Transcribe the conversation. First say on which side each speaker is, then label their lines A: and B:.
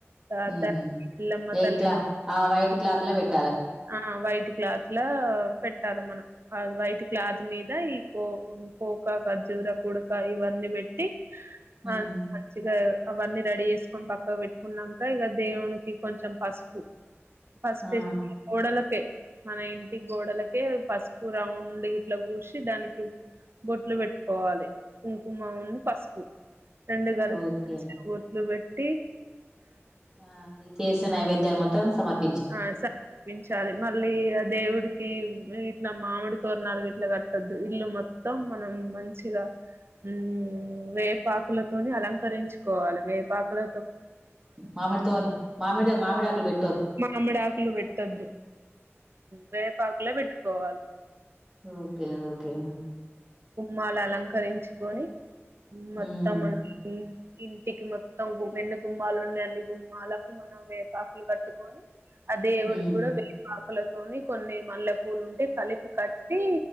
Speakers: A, on the right; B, on the right.
A: తర్వాత
B: మ్హు
A: ఎల్లమ్మ
B: ఏ
A: తల్లి
B: ఆ వైట్ క్లాత్ లో పెట్టి
A: ఆ వైట్ క్లాత్లో పెట్టాలి మనం, వైట్ క్లాత్ మీద ఈ కో పోక ఖర్జూర పుడక ఇవన్నీ పెట్టి
B: మ్మ్
A: ఆ మంచిగా అవన్నీ రెడీ చేసుకొని పక్క పెట్టుకున్నాక ఇక దేవునికి కొంచెం పసుపు పసుపు
B: ఆ
A: వేసి కోడలకే మన ఇంటి గోడలకే పసుపు రౌండ్ ఇట్లా పూసి దానికి బొట్లు పెట్టుకోవాలి కుంకుమ పసుపు రెండు గడప
B: ఓకే
A: బొట్టు బెట్టి
B: ఆ ఈ చేసిన నైవేద్యాలు మొత్తం సమర్ప
A: ఆ సమార్పించాలి మళ్ళీ ఆ దేవుడి ఇట్లా మామిడి తోరణాలు ఇట్లా కట్టద్దు ఇల్లు మొత్తం మనం మంచిగా ఉ వేపాకులతోని అలంకరించుకోవాలి వేపాకుల
B: మామిడితో మామిడి మావిడాకులు పే
A: మామిడి ఆక్లు పెట్టద్దు వేపాకులో పేట్టుకోవాలి
B: ఓకే ఓకే
A: మాల అలంకరించుకొని మొత్తము
B: మ్మ్
A: ఉ ఇంటికి మొత్తం గు ఎన్ని గుమ్మాలు ఉన్నాయి అన్ని గుమ్మాలకు మనం వేపాకులు కట్టు కో ఆ దేవుడికి
B: మ్మ్
A: కూడా వేపాకుల కొన్ని మల్లె పూలు ఉంటే కలిపి కట్టి